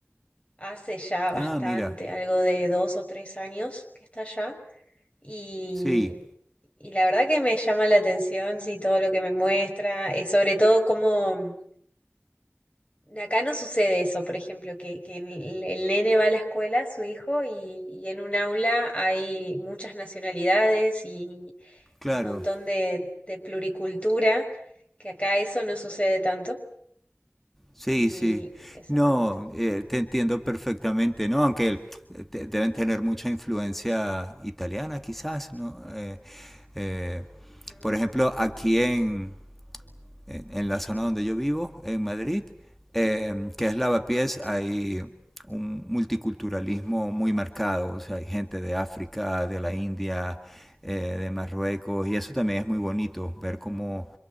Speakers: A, on the left (about 30°); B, in the centre.
A: hace ya bastante,
B: Ah, mira,
A: algo de dos o tres años que está allá. Y,
B: sí,
A: y la verdad que me llama la atención, sí, todo lo que me muestra, eh, sobre todo cómo mm, acá no sucede eso, por ejemplo, que, que el, el nene va a la escuela, su hijo, y, y en un aula hay muchas nacionalidades y,
B: claro,
A: y un montón de, de pluricultura, que acá eso no sucede tanto.
B: sí,
A: Y
B: sí.
A: eso
B: No,
A: me gusta.
B: eh, te entiendo perfectamente, ¿no? Aunque eh, te- deben tener mucha influencia italiana, quizás, ¿no? Eh, eh,
A: ¿Mm?
B: por ejemplo, aquí en, en, en la zona donde yo vivo, en Madrid, eh, que es Lavapiés, hay un multiculturalismo muy marcado. O sea, hay gente de África, de la India, eh, de Marruecos, y eso también es muy bonito, ver cómo